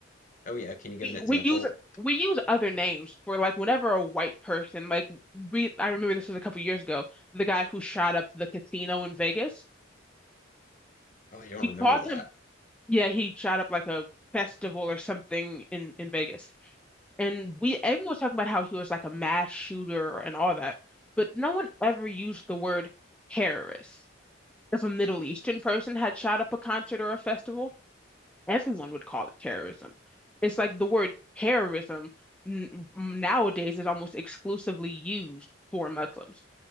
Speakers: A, on the left (about 40°); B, in the centre.
A: Oh yeah, can you give
B: We,
A: an example?
B: we use we use other names for like whenever a white person like we I remember this was a couple years ago, the guy who shot up the casino in Vegas.
A: Oh, I don't
B: We
A: remember
B: called
A: that.
B: him yeah, he shot up like a festival or something in in Vegas. And we everyone was talking about how he was like a mass shooter and all that, but no one ever used the word terrorist. If a Middle Eastern person had shot up a concert or a festival, everyone would call it terrorism. It's like the word terrorism n nowadays is almost exclusively used for Muslims.